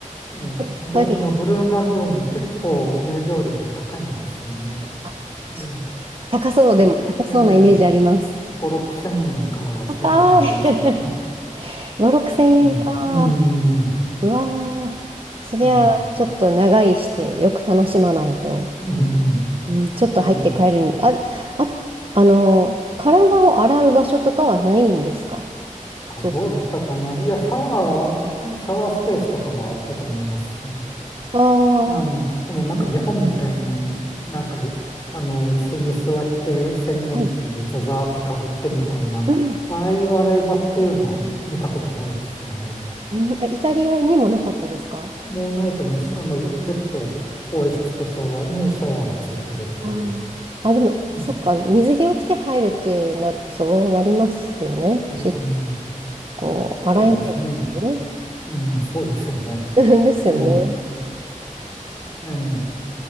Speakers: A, on the left; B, on the right.
A: ええ、
B: やっぱり、
A: んで、あの、ブルーンラグーン、結構入場料も高いんですよね。
B: あそ
A: ええ、
B: 高そうでも、
A: 確か、
B: 高そうなイメージあります。
A: ええ、5、6千円かしてたと思います。
B: 高い。<laughs>
A: あ
B: 5、6千円か。
A: うん、うん、
B: うわーそりゃ、
A: うん、
B: ちょっと長居して、よく楽しまないと、
A: うん。
B: うん、ちょっと入って帰るん。
A: ええ、
B: あ、あ、あの、体を洗う場所とかはないんですか
A: あ、
B: そうする。
A: どうだったかな。いや、シャワー、シャワースペースとかはあったと思います。
B: ああ、
A: はい。
B: は
A: でもなんか日本みたいになんか、
B: い。
A: あの、椅子に座って洗面器でザザーってかぶってみたいな、
B: はいうん。
A: ああいう洗い場っていうのは見たことないですよね。
B: うん、あイタリアにもなかったですか
A: もうないと思います。あの、ベッド、更衣室とシャワーにシャワーがついてるっていう。
B: あーあ、でも、
A: うん。
B: そっか、水着を着て入るってなるとそうなりますよね。
A: うん、
B: し、こう、洗えないですよね。
A: そうですね。うん、そうですよね。
B: うん <laughs> ですよね。
A: ええ、ええ。